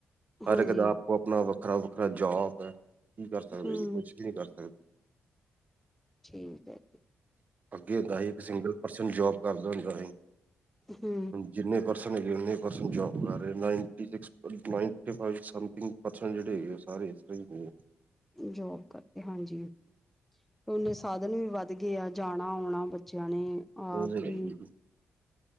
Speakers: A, on the right; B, in the centre.
A: ਹਰ
B: ਹਾਂਜੀ
A: ਇੱਕ ਦਾ ਆਪੋ-ਆਪਣਾ ਵੱਖਰਾ-ਵੱਖਰਾ ਜੋਬ ਐ। ਕੀ ਕਰ ਸਕਦੇ
B: ਹੂੰ
A: ਜੀ ਕੁਛ ਵੀ ਨਈ ਕਰ ਸਕਦੇ।
B: ਠੀਕ ਐ।
A: ਅੱਗੇ ਹੁੰਦਾ ਹੀ ਇੱਕ ਸਿੰਗਲ ਪਰਸਨ ਜੋਬ ਕਰਦਾ ਹੁੰਦਾ ਹੀ।
B: ਹੂੰ।
A: ਜਿੰਨੇ ਪਰਸਨ ਹੈਗੇ ਉਨੇ ਪਰਸਨ ਜੋਬ ਕਰ ਰੇ ਨਾਈਨਟੀ ਸਿ ਨਾਈਨਟੀ ਫਾਈਵ ਸਮਥਿਂਗ ਪਰਸਨ ਜੇੜੇ ਹੈਗੇ ਆ ਸਾਰੇ ਇਸ ਤਰਾ ਈ ਦੇ ਆ।
B: ਜੋਬ ਕਰਦੇ ਹਾਂਜੀ। ਓਨੇ ਸਾਧਨ ਵੀ ਵੱਧ ਗਏ ਆ ਜਾਣਾ ਆਉਣਾ ਬੱਚਿਆਂ ਨੇ ਆਪ
A: ਉਹ ਤੇ
B: ਵੀ
A: ਹੈਗੀ ਜੀ।